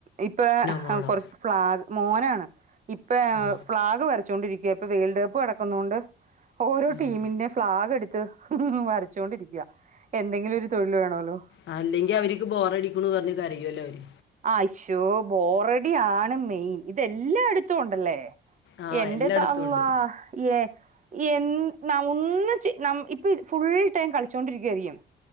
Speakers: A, on the right; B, on the left.
A: ഇപ്പ
B: മോളോ
A: കൊർച്ച് ഫ്ളാഗ് മോനാണ്. ഇപ്പഫ്ളാഗ്
B: ആ
A: വര ച്ചോണ്ടിരിക്ക ഇപ്പൊ വേൾഡ് കപ്പ് നടക്കുന്നോണ്ട് ഓരോ
B: ഉം.
A: ടീമിന്റെ ഫ്ളാഗ് എട് ത് വരച്ചോണ്ടിരിക്ക എന്തെങ്കിലൊരു തൊഴിൽ വേണോല്ലോ
B: ആ അല്ലെങ്കി അവര്ക്ക് ബോറടിക്കുംന്ന് പർഞ്ഞ് കരയൊല്ലോ അവര്.
A: ആശോ ബോറടി ആണ് മെയിൻ ഇതെല്ലായിടുത്തുംണ്ടല്ലേ.
B: ആ
A: എന്റെ
B: എല്ലായിടത്തും
A: തളളാഹ്
B: ഉണ്ട്
A: ഏഹ്‌ എ ന ഒന്ന് ന ഇപ്പ ഫുൾ ടൈം കളിച്ചൊണ്ടിരിക്കായിരിക്കും